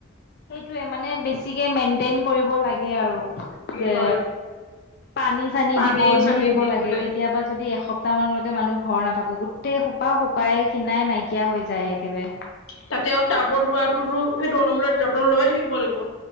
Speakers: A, on the left; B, on the left.
A: সেইটোয়ে মানে বেছিকে মেইনটেইন কৰিব লাগে আৰু যে
B: হয়
A: পানী-চানী
B: পানী
A: দিব দি
B: চানী
A: থাকিব লাগে
B: পেলাই
A: কেতিয়াবা যদি এস এসপ্তাহমানলৈকে মানুহ ঘৰ নাথাকো গোটেই হোপা শুকাই খিনাই নাইকিয়া হৈ যায় একেবাৰে।
B: তাতে আৰু টাবত ৰোৱাটোতো সেইটো অনবৰতে যতন লৈয়ে থাকিব লাগিব।